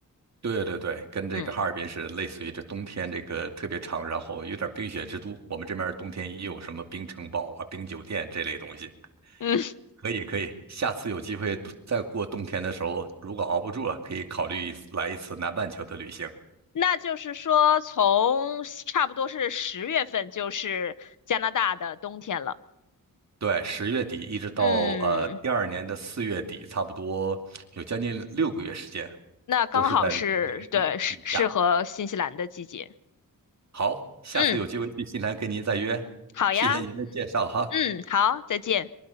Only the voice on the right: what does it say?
对对对，跟这个哈尔滨是类似于这冬天这个特别长，
然后有点冰雪之都。我们这边冬天也有什么冰城堡啊、冰酒店这类东西。
可以可以，下次有机会再过冬天的时候，如果熬不住了，可以考虑一次来一次南半球的旅行。
对，十月底一直到呃第二年的四月底，
差不多有将近六个月时间，
都是在零度以下。好，下次有机会去新西兰跟您再约，
谢谢您的介绍哈。